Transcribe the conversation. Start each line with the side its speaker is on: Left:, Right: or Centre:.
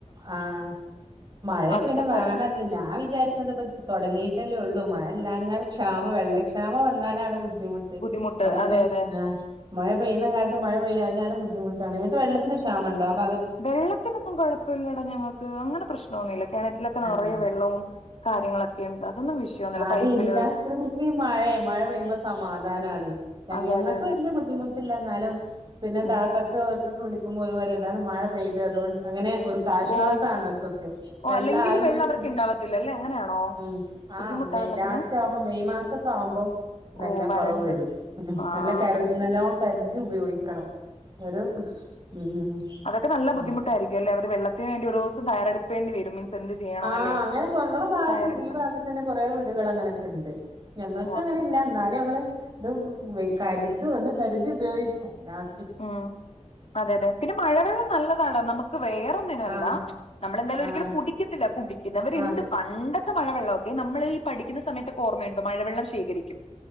Right: ആഹ് മഴയൊക്കെ
Left: ആദ്യത്തെ
Right: പിന്നെ
Left: പോലെയല്ല
Right: വേണല്ലോ ഞാൻ വിചാരിക്കണത്പ്പ. തൊടങ്ങിയിട്ടല്ലേ ഒള്ളൂ മഴല്ലാഞ്ഞാൽ ക്ഷാമം വെള്ളക്ഷാമം വന്നാലാണ് ബുദ്ധിമു പെയ്
Left: ബുദ്ധിമുട്ട്
Right: മഴ
Left: അതെ
Right: പെയ്
Left: അതെ
Right: ആഹ് മഴ പെയ്യ്ന്നകാലത്ത് മഴ പെയ്യാഞ്ഞാലും ബുദ്ധിമുട്ടാണ് ഇങ്ങക്ക് വെള്ളത്തിന് ക്ഷാമണ്ടോ ആ ഭാഗ
Left: വെള്ളത്തിനൊന്നും കൊഴപ്പയില്ലടാ ഞങ്ങക്ക് അങ്ങനെ പ്രശ്നൊന്നുവില്ല കെണറ്റിലൊക്കെ
Right: ആഹ്
Left: നെറയെ വെള്ളവും ങ്ങളൊക്കെയൊണ്ട് അതൊന്നും വിഷയമൊന്നുമില്ല
Right: അതില്ലാത്തവർക്കി
Left: പൈപ്പില്
Right: മഴെ മഴ പെയ്യ്മ്പ സമാധാനാണ് തങ്ങേ
Left: അതെ
Right: ഞങ്ങക്ക്
Left: അതെ അതെ
Right: വല്ല്യ ബുദ്ധിമുട്ടില്ല ന്നാലും പിന്നെ
Left: ഉം.
Right: താത്ത ദ് ഓർക്കൊക്കെ വിളിക്ക്മ്പഓലുപറയും ഏതാനും മഴ പെയ്ത് അതൊണ്ട് അങ്ങനെ ഒരു ച്ച്ശ്വാസവാണ്
Left: ഓ
Right: അവർക്കൊക്കെ
Left: ഓ
Right: വെള്ളായി
Left: അല്ലെങ്കിൽ വെള്ളം
Right: എന്ന്ള്ള
Left: അവർക്ക് ഉണ്ടാവത്തില്ല അല്ലേ അങ്ങനെയാണോ
Right: ഉം
Left: ബുദ്ധിമുട്ടാ
Right: ആഹ് വെ
Left: വെള്ളത്തിന്
Right: ലാസ്റ്റ് ആവ്മ്പം മെയ് മാസൊക്കെ ആവ്മ്പം നല്ലോം
Left: ഓ വരണ്ട്
Right: കൊറവ് വെരും ഉം
Left: ആ
Right: നല്ലോം കര്
Left: അങ്ങനെ ശരിയാ
Right: നല്ലോം കര്തി ഉപയോഗിക്കണം ഒരു ഉം
Left: ക്ക് നല്ല
Right: ആ
Left: ബുദ്ധിമുട്ടായിരിക്കല്ലേ അവര് വെള്ളത്തിന് വേണ്ടി ഒരോസം തയാറെടുക്കെണ്ടി വരും മീൻസ് എന്ത് ചെയ്യണം
Right: ആഹ്
Left: അല്ലേ
Right: അങ്ങനെ കൊ ങ്ങളെ ഭാഗത്തും
Left: തയ്യാറെടുക്കണം
Right: ഈ ഭാഗത്ത് തന്നെ കൊറേ വീടുകള് അങ്ങനെക്കെണ്ട് ഞങ്ങക്ക്
Left: ഓ
Right: അങ്ങനെല്ല
Left: അങ്ങനെയാണോ
Right: എന്നാലും ഞങ്ങള് ഒരു വെ കര്തും ഒന്ന് കര്തി ഉപയോഗിക്കും ലാസ്
Left: ഉം അതെ അതെ പിന്നെ മഴവെള്ളം നല്ല ണ്ന്നൊ നമുക്ക് വേറെന്നിനും അല്ല
Right: ആഹ്
Left: നമ്മളെന്തായാലും
Right: ആഹ്
Left: ഒരിക്കലും കുടിക്കത്തില്ല കുടിക്കുന്നവര്ണ്ട്
Right: ആഹ്
Left: പണ്ട് ട്ടുന്ന മഴവെള്ളവൊക്കെ നമ്മളീ പഠിക്ക്ന്ന സമയത്തൊക്കെഓർമ്മയൊണ്ടോ മഴവെള്ളം ശേഖരിക്കും